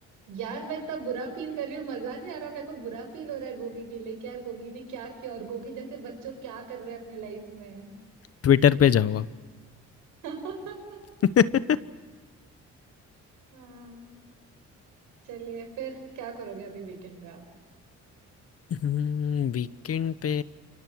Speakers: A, on the right; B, on the left.
A: यार मैं इतना बुरा फील कर रही हूँ मजा नहीं आ रहा मेरे को बुरा फील हो रहा है गोगी के लिए कि यार गोगी ने क्या किया और गोगी जैसे बच्चों क्या कर रहे हैं अपने लाइफ में
B: ट्विटर पे जाओ आप
A: <laughs>
B: <laughs>
A: हाँ चलिए फिर क्या करोगे अभी वीकेंड पे आप
B: वीकेंड पे